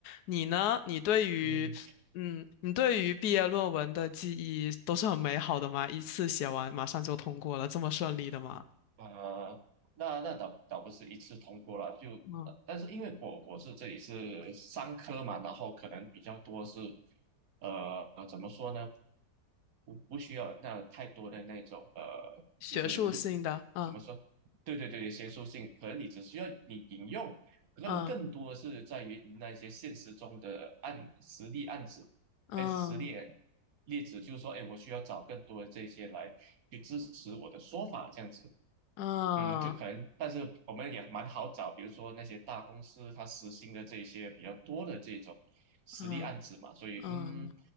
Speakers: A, on the left; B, on the right.
A: 你呢？你对于，
B: 嗯，
A: 嗯，你对于毕业论文的记忆都是很美好的吗？一次写完马上就通过了，这么顺利的吗？
B: 呃，那那倒倒不是一次通过了，就
A: 嗯，
B: 但是因为我我是这里是商科嘛，然后可能比较多是，呃，怎么说呢？不不需要那太多的那种呃，
A: 学术性的，
B: 就是录
A: 嗯
B: 怎么说？对对对，学术性，可能你只需要你引用，更更多是在于那些现实中的案实例案子，
A: 嗯嗯。
B: 哎，实例例子，就是说，哎，我需要找更多的这些来去支持我的说法，这样子。
A: 嗯
B: 嗯，就可能，但是我们也蛮好找，比如说那些大公司它实行的这些比较多的这种实例案子嘛，
A: 嗯
B: 所以嗯，
A: 嗯